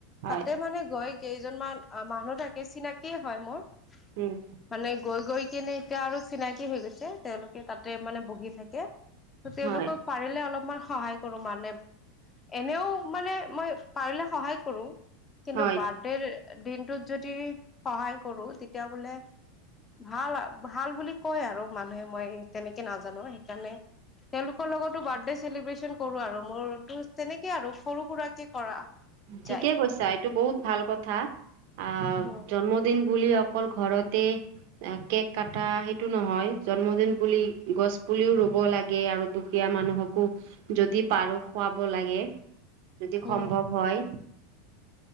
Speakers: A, on the right; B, on the left.
A: হয়
B: তাতে মানে গৈ কেইজনমান মানুহ থাকে, চিনাকিয় হয় মোৰ
A: উম
B: মানে গৈ গৈ কিনে এতিয়া আৰু চিনাকি হৈ গৈছে, তেওঁলোকে তাতে মানে বহি থাকে। ত তেওঁলোকক
A: হয়
B: পাৰিলে অলপ মান সহায় কৰো মানে। এনেও মানে মই পাৰিলে সহায় কৰো। কিন্তু
A: হয়
B: বাৰ্থডেৰ দিনটোত যদি সহায় কৰো তেত তেতিয়া বোলে ভাল-ভাল বুলি কয় আৰু মানুহে, মই তেনেকে নাজানো। সেইকাৰণে তেওঁলোকৰ লগতো বাৰ্থডে চেলিব্ৰেচন কৰো। আৰু মোৰতো তেনেকে আৰু সৰু-সুৰাকে কৰা
A: ঠিকে
B: যায়
A: কৈছা, এইটো বহুত ভাল কথা। আ
B: উম
A: জন্মদিন বুলি অক অকল ঘৰতে কেক কটা সেইটো নহয়, জন্মদিন বুলি গছ পুলিও ৰুব লাগে, আৰু দুখীয়া মানুহকো যদি পাৰো খুৱাব লাগে। যদি সম্ভৱ
B: উম
A: হয়